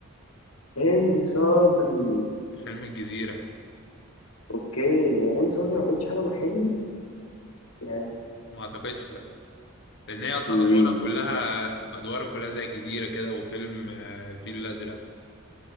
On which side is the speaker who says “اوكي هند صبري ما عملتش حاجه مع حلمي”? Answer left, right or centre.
Left